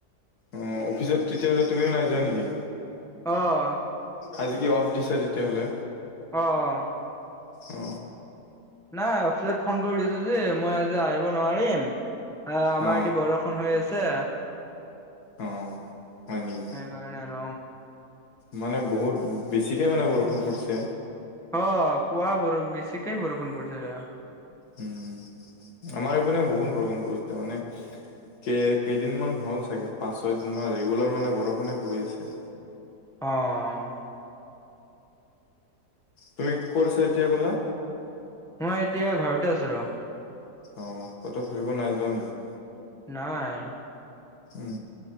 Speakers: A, on the left; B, in the centre.
A: অ' অফিচত তেতিয়াহ'লে তুমিও নাই যোৱা নেকি?
B: অঁ'।
A: আজি কি অফ দিছে তেতিয়াহ'লে?
B: অ'
A: অ
B: নাই, অফিচত ফোন কৰি দিছো যে মই আজি আহিব নোৱাৰিম আহ, আমাৰ
A: অ
B: এতি বৰষুণ হৈ আছে।
A: অ' হয় নেকি?
B: সেইকাৰণে আৰু
A: মানে, বহুত বেছিকে মানে বৰষুণ পৰিছে।
B: অ' পুৱা বৰ বেছিকেই বৰষুণ পৰিছিলে।
A: উম! আমাৰ এইপিনেও বহুত বৰষুণ পৰিছে। মানে কেই কেইদিনমান হ'ল চাগে পাঁচ-ছয়দিনমান, ৰেগুলাৰ মানে বৰষুণে পৰি আছে।
B: অ, অ
A: তুমি কত আছা এতিয়া ক'লা?
B: মই, এতিয়া ঘৰতে আছো ৰ!
A: অ' ক'তো ফুৰিব নাই যোৱা নিকি?
B: নাই
A: উম!